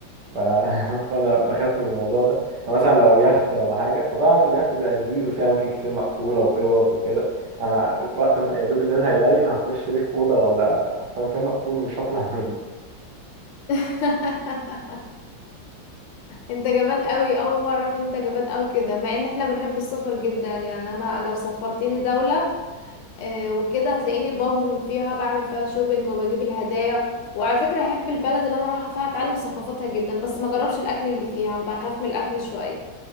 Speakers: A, on the right; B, on the left.
A: ف... <laughs> فانا بخاف من الموضوع ده فمثلا لو يخت ولا حاجه فطبعا اليخت بيبقى كبير وفيه اماكن كتير مقفوله واوض وكده انا وقت ما يا دوب الليل هيليل هخش لي في اوضه ولا في مكان مقفول ومش هطلع <laughs> منه
B: <laughs> انت جبان قوي اول مره اعرف إن انت جبان قوي كده مع ان احنا بنحب السفر جدا يعني انا لو سفرتيني دوله آه، وكده هتلاقيني ببرم فيها بعمل فيها شوبينج وبجيب الهدايا وعلى فكره احب البلد اللي انا رايحه فيها اتعلم ثقافتها جدا بس ما جربش الاكل اللي فيها بخاف من الاكل شويه